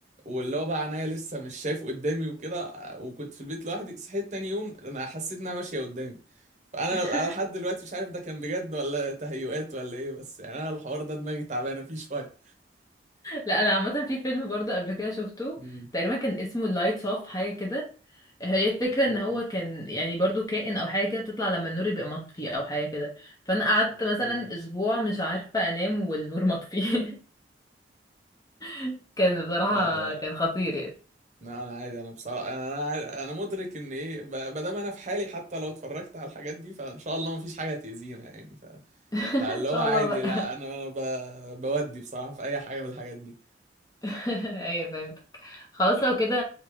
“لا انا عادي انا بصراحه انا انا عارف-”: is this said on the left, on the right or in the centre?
Right